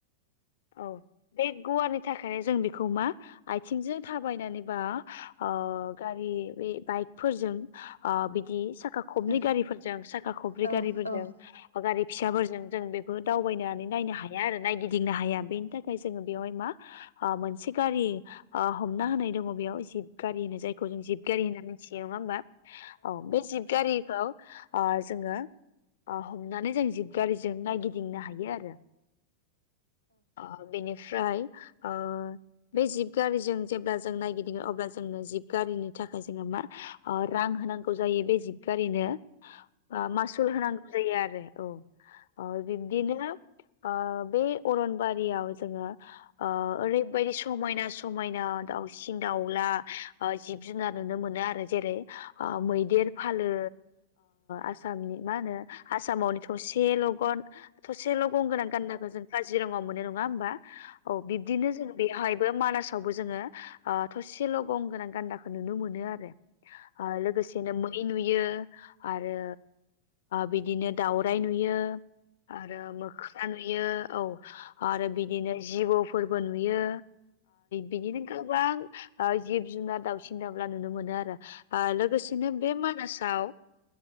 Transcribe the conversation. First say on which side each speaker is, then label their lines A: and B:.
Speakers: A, on the left; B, on the left.
A: औ बे गुवारानि थाखाय- ओंखायनो जों बेखौ मा आथिंजों थाबायनानैबा ओ गारि बे बाइकफोरजों आ बिदि साखा खबै
B: औ
A: गारिफोरजों साखा खब्रै
B: औ खोनादों
A: गारिफोरजों गारि फिसाफोरजों जों बे- दावबायनानै नायनो हाया आरो नायगिदिं गिदिंनो हाया बेनि थाखाय जोङो बेवहाय मा मोनसे गारि हमना होनाय दङ बेयाव जि <unintelligible> गनो जाय खौ जों जिबगारि होनना मिथियो नङा होमबा औ बे जिबगारिखौ अ जोङो अ हमनानै जों जिबगारिजों नायगिदिंनो हायो आरो आं बेनिफ्राय ओ बे जिब गारिजों जेब्ला जों नायगिदिङो अब्ला जोंओ जिबगारिनि थाखाय जोङो मा रां होनांगौ जायो बे जिबगारिनो ओ मासुल होनांगौ जायो आरो आ बिद्बिनो ओ बे अरनबारियाव जोङो ओ ओरैबायदि समायना समायना दाउसिन दाउला जिब जुनार नुनो मोनो आरो जेरै मैदेर फालो आसामनि मा होनो आसामावनो थसे लगन थसे ल' गोनां गाननांगौ जों जिरङाव मोन नङा होनोमबा औ बिब्दिनो जों बेवहायबो मानास जेरावबो जोंङो आ थसेल गं गोनां गान्दाखौ नुनो मोनो आरो आरो लोगोसेनो मै नुयो आरो बिदिनो दाउ राइ नुयो आरो मोख्रा नुयो औ आरो बिदिनो जिबौ फोरबो नुयो बिदिनो गोबां आ जिब जुनार दाउसिन दांब्ला नुनो मोनो आरो ओ लोगोसेनो बे मानासाव